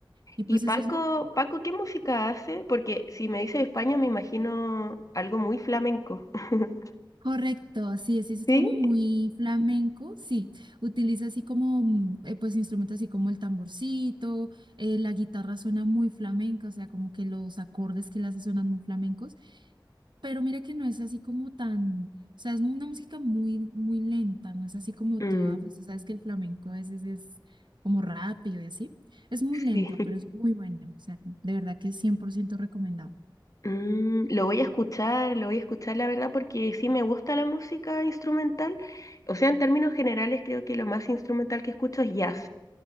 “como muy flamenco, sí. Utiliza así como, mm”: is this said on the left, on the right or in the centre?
Right